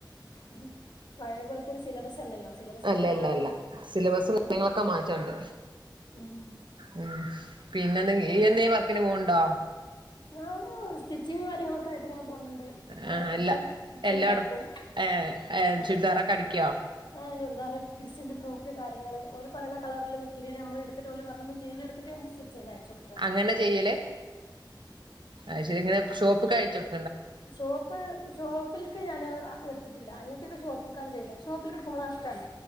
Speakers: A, on the left; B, on the right.
A: ഉഹും പഴേ പോലത്തൊര് സിലബസ് അല്ലല്ലോ. സിലബസ്
B: അല്ല
A: ഒക്കെ മാറിയല്ലോ
B: ല്ല ല്ല. സിലബസും കാര്യങ്ങളൊക്കെ മാറ്റണ്ട്.
A: ഉം
B: ഉം പിന്നെ എന്തെ ഇയ്യെന്തെം
A: അപ്പൊ
B: വർക്കിന് പോവ്ണ്ടോ?
A: ഞാന് സ്റ്റിച്ചിങ് കാര്യങ്ങളൊ ക്കായിട്ട്ങ്ങനെ പോണ് ണ്ട്.
B: ആ
A: പൊർത്ത്ക്ക്
B: അല്ല
A: സ്‌റ്റിച്ചെയ്തയക്കും
B: എല്ലാടും ഏ ഏ
A: ഉം.
B: ചുരിദാറൊക്കെ അടിക്കോ
A: ആഹ് രുതാറ് കിഡ്സിന്റെ ഫ്രോക് കാര്ങ്ങള് ഓല് പറയണ കളറില് മെറ്റീരിയൽ നമ്മള എടുത്തി ട്ട് ഓല് പറഞ്ഞ മെറ്റിരിയൽ എടുത്തിട്ട് സിചെയ്ത് അയച്ചൊട്
B: അങ്ങനെ ചെയ്യലേ അഹ് ശരി ഇങ്ങനെ ഷോപ്പ് കഴിച്ചോടു
A: ഷോപ്പ് ഷോപ്പിലേക്ക് ഞാൻ എടുത്തിട്ടില്ല അനിയത്തിടെ ഷോപ്പിൽക്കാണ് ചെയ്യുന്നത് ഷോപ്പിലടുക്കുമ്പോ നഷ്ടണ്